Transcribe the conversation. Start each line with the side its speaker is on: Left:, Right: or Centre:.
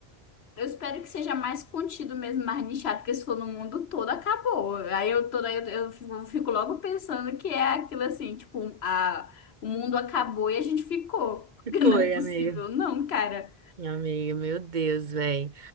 Left: eu espero que seja mais contido mesmo, mais nichado, porque se for no mundo todo, acabou. Aí eu toda eu, eu fico fico logo pensando que é aquilo assim, tipo, a, o mundo acabou e a gente ficou. <laughs> Porque
Right: Foi,
Left: Não é possível,
Right: amiga.
Left: não, cara.
Right: Amiga, meu Deus, velho.